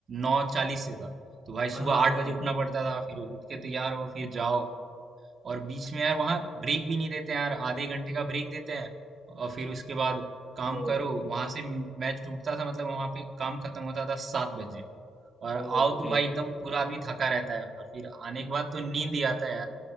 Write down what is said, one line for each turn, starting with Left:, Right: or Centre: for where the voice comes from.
Right: नौ चालीस से था तो भाई
Centre: हाँ
Right: सुबह
Centre: हाँ
Right: आठ
Centre: हाँ,
Right: बजे उठना पड़ता था फिर उठ के तैयार हो फिर जाओ और बीच में यार वहाँ ब्रेक भी नहीं देते यार आधे घंटे का ब्रेक देते हैं और फिर उसके बाद काम
Centre: ओ
Right: करो वहां से मैच टूटता था मतलब वहां पे काम खत्म होता था सात बजे और
Centre: ओके
Right: आओ तो भाई एकदम पूरा आदमी थका रहता है और फिर आने के बाद तो नींद ही आता है यार